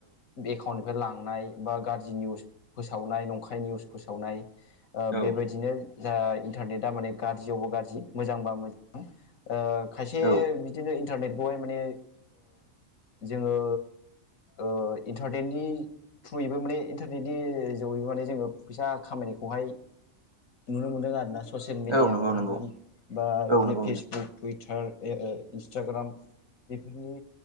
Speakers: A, on the left; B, on the right.
A: एखाउननि फ्राय लांनाय बा गाज्रि निउस फोसावनाय नंखाय निउस फोसावनाय ओ
B: औ
A: बेबायदिनो जा इन्टारनेटआ माने गाज्रियावबा गाज्रि मोजांबा मोजां। ओ खायसे
B: औ
A: बिदिनो इन्टारनेटखौहाय ओ माने जोङो ओ इन्टारटेेननि थ्रुयैबो माने इन्टारनेटनि जोगैबो माने जोङो फैसा खामायनायखौहाय नुनो मोनदों आरो ना ससियेल मिडियाआवनो
B: औ औ नंगौ नंगौ
A: होन बा
B: औ
A: बिदिनो
B: नंगौ
A: फेसबुक टुइटार इन्सटाग्राम बेफोरनि